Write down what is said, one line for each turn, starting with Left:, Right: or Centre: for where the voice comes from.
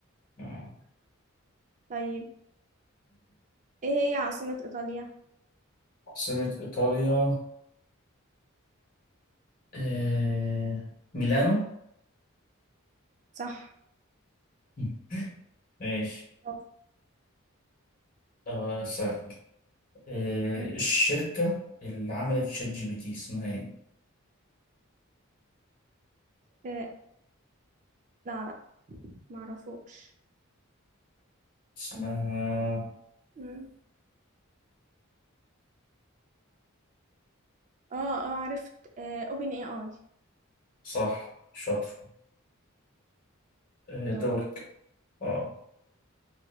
Left: مم.
Right: طيب ايه هي عاصمة ايطاليا
Left: عاصمة إيطاليا آه... ميلانو
Right: صح
Left: مم. ماشي
Right: برافو
Left: آه سألك آه
Right: مم.
Left: الشركة اللي عملت شات جي بي تي اسمها ايه؟
Right: إيه. لا لا معرفوش
Left: اسمها
Right: مم. اه اه عرفت اوبن اي اي
Left: صح شاطر آه دورك
Right: دوري
Left: اه